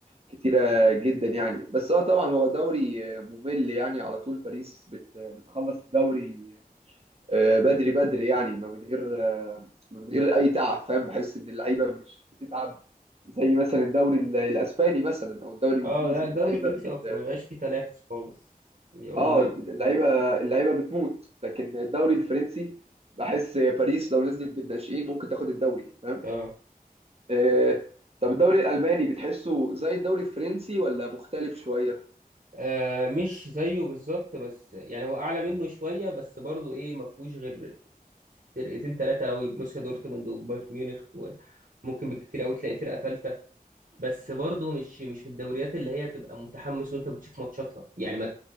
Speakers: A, on the right (about 40°); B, on the right (about 65°).
A: كتيره جدا يعني بس هو طبعا هو دوري آه، ممل يعني على طول باريس بت- بتخلص الدوري آه، آه، بدري بدري يعني ما من غير آه، ما من غير اي تعب فاهم بحس ان اللعيبه مش بتتعب زي مثلا الدوري ال- الاسباني مثلا او الدوري الانجليزي
B: آه لا الدوري
A: اللعيبه
B: الفرنسي
A: بت
B: ما بيبقاش فيه تنافس خالص بيبقى
A: اه
B: ممل
A: اللعيبه اللعيبه بتموت لكن الدوري الفرنسي بحس باريس لو نزلت بالناشئين ممكن تاخد الدوري فاهم
B: اه
A: آه، طب الدوري الالماني بتحسه زي الدوري الفرنسي ولا مختلف شويه
B: آه مش زيه بالظبط بس يعني هو اعلى منه شويه بس برضو ايه ما فيهوش غير فرقتين ثلاثه قوي بروسيا دورتموند وبايرن ميونخ وممكن بالكتير قوي تلاقي فرقه ثالثه بس برضو مش مش من الدوريات اللي هي تبقى متحمس وانت بتشوف ماتشاتها يعني ما